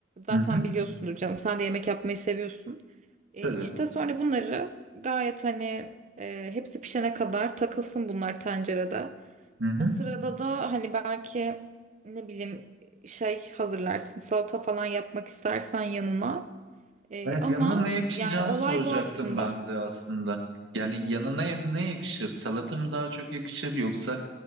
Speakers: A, on the right; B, on the right.
A: Zaten
B: Hı hı.
A: biliyorsundur canım sen de yemek yapmayı seviyorsun. E,
B: Tabii.
A: işte sonra bunları gayet hani e, hepsi pişene kadar takılsın bunlar tencerede.
B: Hı hı.
A: O sırada da hani belki ne bileyim şey hazırlarsın salata falan yapmak istersen yanına. Ee,
B: Evet
A: ama
B: yanına ne yakışacağını
A: yani olay
B: soracaktım
A: bu aslında.
B: ben de aslında. Yani yanına ne yakışır? Salata mı daha çok yakışır yoksa